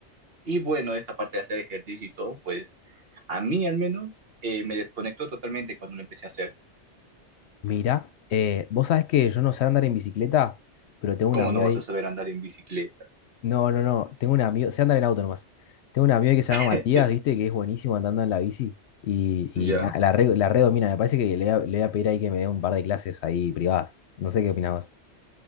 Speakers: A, on the right; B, on the left.
A: Y bueno, esta parte de hacer ejercicio y todo, pues a mí al menos eh, me desconectó totalmente cuando lo empecé a hacer.
B: mira, eh, vos sabés que yo no sé andar en bicicleta, pero tengo un
A: ¿Cómo
B: amigo
A: no vas
B: ahí.
A: a saber andar en bicicleta?
B: No, no, no, tengo un amigo, sé andar en auto nomás. Tengo un amigo ahí que se
A: <laughs>
B: llama Matías, viste, que es buenísimo andando en la bici y,
A: ¿Ya?
B: y na- la, re- la redomina. Me parece que le voy a, le voy a pedir ahí que me dé un par de clases ahí privadas. No sé qué opinabas.